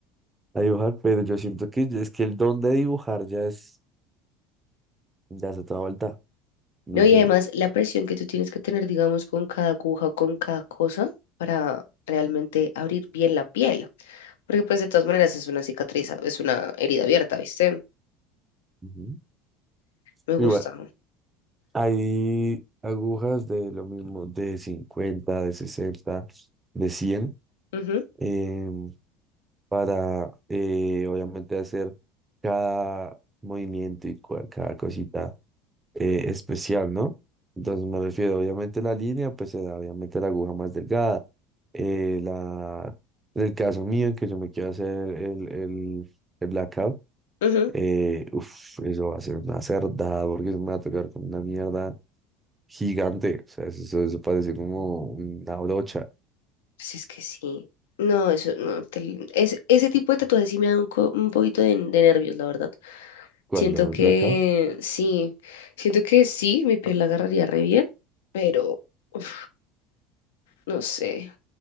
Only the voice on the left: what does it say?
No, y
además la presión que tú tienes que tener, digamos, con cada aguja o con cada cosa para realmente abrir bien la piel. Porque pues de todas maneras es una cicatriz, es una herida abierta, ¿viste?
Me gusta.
Ujú,
ujú.
Pues es que sí. No, eso no. te- es, ese tipo de tatuajes sí me da un, co- un poquito de, de nervios, la verdad.
Siento
que
sí. Siento que sí, mi piel la agarraría re bien, pero uf, no sé.